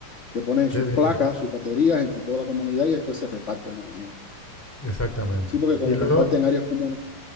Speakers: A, on the left (about 45°); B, in the centre.
A: que ponen
B: qué
A: sus
B: bien,
A: placas, sus baterías entre toda la comunidad y después se reparten la energía.
B: exactamente.
A: Sí, porque como
B: Y luego,
A: comparten áreas comunes.